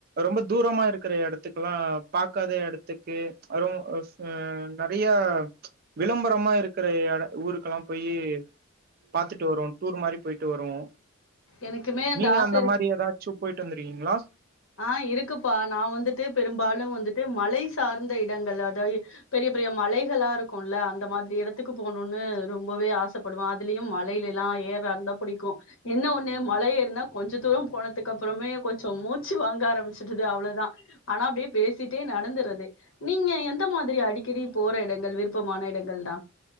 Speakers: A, on the right; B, on the left.
A: ரொம்ப தூரமா இருக்கிற எடத்துக்குல்லாம் பார்க்காத எடத்துக்கு <unintelligible> அஹ் நறையா விளம்பரமா இருக்கிற இட ஊருக்கெல்லாம் போயி பாத்துட்டு வருவோம் டூர் மாரி போயிட்டு வருவோம்
B: எனக்குமே
A: நீங்க
B: ஆச
A: அந்த மாரி ஏதாச்சும் போயிட்டு வந் தெரியுங்களா
B: ஆஹ் இருக்குப்பா நான் வந்துட்டு பெரும்பாலும் வந்துட்டு மலை சார்ந்த இடங்கள் அதாது பெரிய பெரிய மலைகளா இருக்கும்ல அந்த மாதிரி இடத்துக்கு போணும்ன்னு ரொம்பவே ஆசைப்படுவேன் அதுலயும் மலையில எல்லாம் ஏற்றதாருந்தா புடிக்கும் என்ன ஒண்ணு மலை ஏருனா கொஞ்ச தூரம் போனத்துக்கு அப்புறமே கொஞ்சம் மூச் ஆரம்பிச்சுடுது அவ்வளோதான் ஆனா அப்படியே பேசிட்டே நடந்துறது நீங்க எந்த மாதிரி அடிக்கடி போற இடங்கள் விருப்பமான இடங்கள் தான்